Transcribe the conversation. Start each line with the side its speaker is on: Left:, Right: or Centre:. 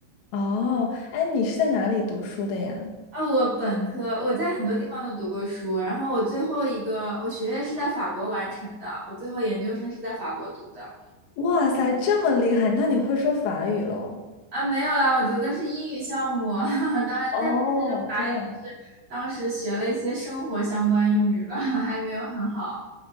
Left: 哦，哎，你是在哪里读书的呀？
Right: 啊，我本科我在很多地方都读过书，然后我最后一个我学业是在法国完成的，我最后研究生是在法国读的。
Left: 哇塞，这么厉害，那你会说法语喽？
Right: 啊，没有啦，我读的是英语项目，<laughs> 当然，
Left: 哦，
Right: 但是就是法语就是当时学了一些生活相关用语吧，
Left: 这样
Right: <laughs> 还没有很好。